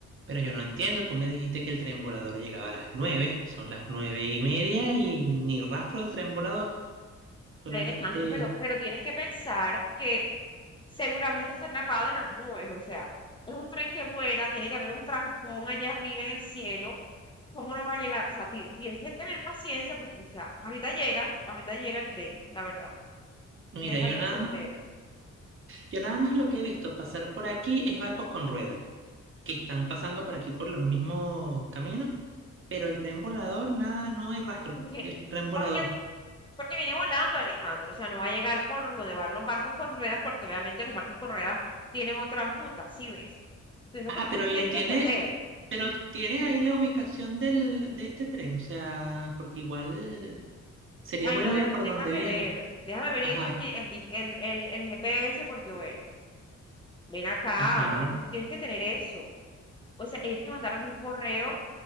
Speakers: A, on the right (about 45°); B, on the left (about 15°).
A: Pero yo no entiendo, tú me dijiste que el tren volador llegaba a las nueve, son las nueve y media y ni rastro del tren volador. Solamente,
B: Ay, Alejandro, pero, pero tienes que pensar que seguramente está atrapado en las nubes, o sea, es un tren que vuela, tiene que haber un trancón allá arriba en el cielo, ¿cómo no va a llegar? O sea, ti- tienes que tener paciencia porque, o sea, ahorita llega, ahorita llega el tren, la verdad,
A: mira,
B: deja
A: yo
B: tu
A: nada
B: desespero,
A: más, yo nada más lo que he visto pasar por aquí es barcos con ruedas, que están pasando por aquí por los mismos caminos, pero el tren volador, nada, no hay rastro
B: porque,
A: del tren volador.
B: porque, el- porque viene volando Alejandro, o sea, no va a llegar por donde van los barcos con ruedas, porque obviamente los barcos con ruedas tienen otra ruta, ¿sí ves? Entonces, lo
A: Ajá,
B: que
A: pero
B: tú
A: le
B: tienes
A: tiene,
B: que entender.
A: pero tienes ahí la ubicación del, de este tren, o sea, porque igual sería
B: Ay,
A: bueno
B: no, deja-
A: ver por
B: déjame
A: dónde viene.
B: ver. Déjame ver
A: Ajá,
B: y hecho el, G- el, G- el, el- el GPS porque, bueno, ven acá,
A: ajá.
B: pero es que tú tienes que tener eso. O sea, ellos te mandaron un correo